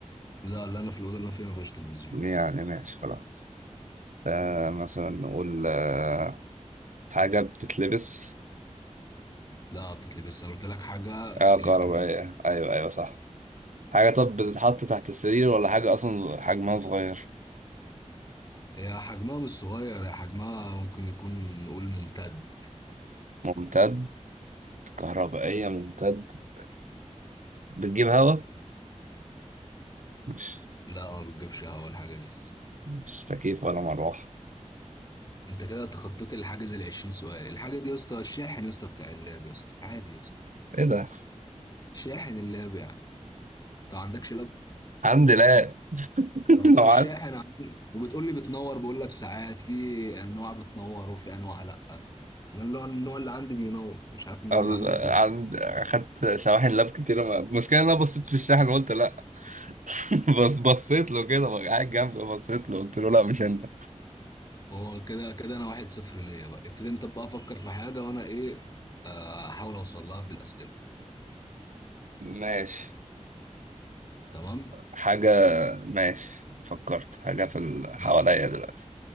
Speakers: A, on the left; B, on the right.
A: لا لا أنا في الأوضة اللي أنا فيها ما فيهاش تلفزيون
B: يعني ماشي خلاص آه مثلا نقول آه حاجة بتتلبس
A: لا بتتلبس أنا قلت لك حاجة
B: آه كهربائية
A: إلكترونية
B: أيوه أيوه صح حاجة طب بتتحط تحت السرير ولا حاجة أصلا حجمها صغير
A: هي حجمها مش صغير هي حجمها ممكن يكون نقول ممتد
B: ممتد كهربائية ممتد بتجيب هوا مش
A: لا ما بتجيبش هوا الحاجة دي
B: مش تكييف ولا مروحة
A: أنت كده تخطيت الحاجز ال 20 سؤال الحاجة دي يا اسطى الشاحن يا اسطى بتاع اللاب يا اسطى عادي يا اسطى
B: إيه ده
A: شاحن اللاب يا عم أنت ما عندكش لاب
B: الحمد لله <laughs>
A: طب ما
B: نوعات
A: هو الشاحن عميق وبتقول لي بتنور بقول لك ساعات في انواع بتنور وفي انواع لا انا اللي هو النوع اللي عندي بينور مش عارف النوع
B: ال-
A: اللي عندك بينور
B: عند اخدت شواحن لاب كتير ما- المشكله ان انا بصيت في الشاحن وقلت لا <laughs> بس بصيت له كده بقى قاعد جنبي بصيت له قلت له لا مش انت
A: هو كده كده انا واحد صفر ليا بقى ابتدي انت بقى افكر في حاجه وانا ايه آه، احاول اوصل لها بالاسئله
B: ماشي
A: تمام
B: حاجه ماشي فكرت حاجه في ال-
A: ماشي
B: حواليا دلوقتي